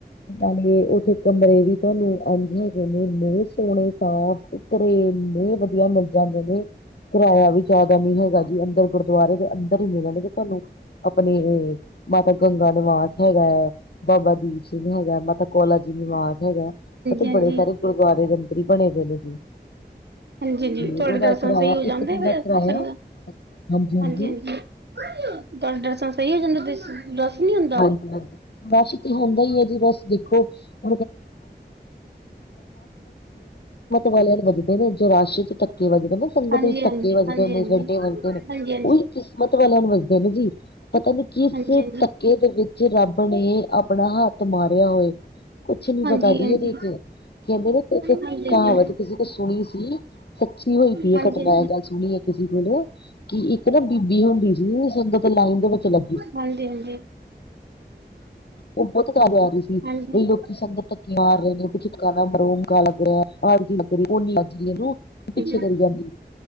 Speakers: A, on the left (about 70°); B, on the right (about 75°).
A: ਨਾਲੇ ਓਥੇ ਕਮਰੇ ਵੀ ਤੁਆਨੂੰ ਇਝ ਹੈਗੇ ਨੇ ਏਨੇ ਸੋਨੇ ਸਾਫ ਪਰ ਏਨੇ ਵਧੀਆ ਮਿਲ ਜਾਂਦੇ ਨੇ ਕਿਰਾਇਆ ਵੀ ਜ਼ਿਆਦਾ ਨੀ ਹੈਗਾ ਜੀ, ਅੰਦਰ ਗੁਰਦੁਆਰੇ ਦੇ ਅੰਦਰ ਈ ਮਿਲਣਗੇ ਤਾਨੂੰ। ਅਪਣੀ ਏ ਮਾਤਾ ਗੰਗਾ ਨਿਵਾਸ ਹੈਗਾ ਬਾਬਾ ਦੀਪ ਸਿੰਘ ਹੈਗਾ, ਮਾਤਾ ਕੋਲ਼ਾ ਜੀ ਨਿਵਾਸ ਹੈਗਾ। ਉਹ ਤੇ
B: ਹਾਂਜੀ ਹਾਂਜੀ
A: ਬੜੇ ਸਾਰੇ ਗੁਰਦੁਆਰੇ ਦੇ ਅੰਦਰ ਈ ਬਣੇ ਦੇ ਨੇ ਜੀ।
B: ਹਾਂਜੀ-ਹਾਂਜੀ,
A: ਤੇ
B: ਤੁਹਾਡੇ
A: ਉਹਦਾ
B: ਦਰਸ਼ਨ
A: ਕਿਰਾਇਆ
B: ਸ‌ਈ ਹੋ ਜਾਂਦੇ
A: ਇੱਕ ਦਿਨ
B: ਫੇਰ,
A: ਦਾ ਕਿਰਾਇਆ
B: ਸੰਗ
A: ਹਾਂਜੀ ਹਾਂਜੀ
B: ਹਾਂਜੀ-ਹਾਂਜੀ! ਦਸ <unintelligible> ਦਸ ਨੀ ਹੁੰਦਾ?
A: ਹਾਂਜੀ-ਹਾਂਜੀ ਬਸ ਤੇ ਹੁੰਦਾ ਹੀ ਹੈ ਜੀ ਬਸ ਦੇਖੋ, <unintelligible> <unintelligible> ਵਾਲਿਆਂ ਦੇ ਵੱਜਦੇ ਨੇ ਜੋ ਰਾਸ਼ ਚ ਧੱਕੇ ਵੱਜਦੇ ਨਾ ਸੰਗਤ
B: ਹਾਂਜੀ
A: ਵਿੱਚ
B: ਹਾਂਜੀ
A: ਧੱਕੇ ਵੱਜਦੇ
B: ਹਾਂਜੀ
A: ਨੇ
B: ਹਾਂਜੀ
A: <unintelligible> ਵੱਜਦੇ ਨੇ।
B: ਹਾਂਜੀ
A: ਉਹੀ ਕਿਸਮਤ ਵਾਲਿਆਂ ਨੂੰ ਵਰਦੇ ਨੇ ਜੀ ਪਤਾ ਨੀ ਕਿਸ
B: ਹਾਂਜੀ
A: ਧੱਕੇ ਦੇ ਵਿੱਚ ਰੱਬ ਨੇ ਆਪਣਾ ਹੱਥ ਮਾਰਿਆ ਹੋਏ। ਕੁਛ ਨੀ
B: ਹਾਂਜੀ
A: ਪਤਾ ਦੀ
B: ਹਾਂਜੀ
A: ਇਹ ਦੇਖ, ਕਹਿੰਦੇ ਨੇ ਇੱਕ
B: ਹਾਂਜੀ
A: ਕਹਾਵਤ
B: ਹਾਂਜੀ
A: ਕਿਸੇ ਕੋ ਸੁਣੀ। ਸੱਚੀ ਹੋਈ ਪਈ ਹੈ,
B: ਹਾਂਜੀ
A: ਘਟਨਾ ਇਹ ਗੱਲ ਸੁਣੀ ਹੈ ਕਿਸੇ ਕੋਲ ਕਿ ਇੱਕ ਨਾ ਬੀਬੀ ਹੁੰਦੀ ਸੀ, ਸੁੰਦਰਤ ਲਾਈਨ ਦੇ ਵਿੱਚ ਲੱਗੀ।
B: ਹਾਂਜੀ-ਹਾਂਜੀ।
A: ਉਹ ਬਹੁਤ ਕਾਬ ਆ ਰਹੀ ਸੀ।
B: ਹਾਂਜੀ
A: ਬਈ ਲੋਕੀ ਸੰਗਤ ਧੱਕੀ ਮਾਰ ਰਹੇ ਨੇ, ਬੀ ਧਕਾ ਨਾ ਮਾਰੋ। ਕਾ ਲੱਗ ਰਿਹਾ, ਆੜ੍ਹ ਜੀ ਲੱਗ ਰਹੀ, ਕੂਹਣੀ ਵੱਜ ਰਹੀ ਓਹਨੂੰ ਤੇ ਪਿੱਛੇ
B: ਹਾਂਜੀ ਹਾਂਜੀ ਹਾਂਜੀ
A: ਕਰੀ ਜਾਂਦੀ।